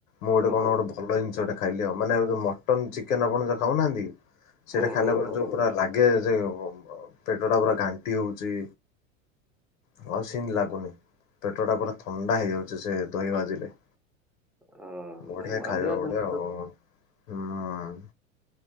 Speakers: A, on the left; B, in the centre.
A: ମୁଁ
B: ଆଉ।
A: ଗୋଟେ କଣ ଗୋଟ ଭଲ ଜିନିଷଟା। ଖାଇଲେ ହବ ମାନେ ଯଉ ମଟନ, ଚିକେନ ଆପଣ ଯୋଉ ଖାଉନାହାନ୍ତି ସେଇଟା
B: ହୁଁ
A: ଖାଇଲା
B: ହୁଁ ହୁଁ
A: ପରେ
B: ହୁଁ
A: ଯେଉପରା ଲାଗି। ଗେସ ଯେ ପେଟଟା ପୁରା ଘାଣ୍ଟି ହଉଛି। ହଁ ସିମି ଲାଗୁନି ପେଟ ଟା ପୁରା ଥଣ୍ଡା ହେଇଯାଉଛି ସେ ଦହି ବାଜିଲେ।
B: ହଁ।
A: ବଢିଆ
B: ନାଇଁ ମାଣ୍ଡିଆ
A: ଖାଇବା
B: ଜିନିଷ
A: ବଢିଆ ଆଉ ହୁଁ।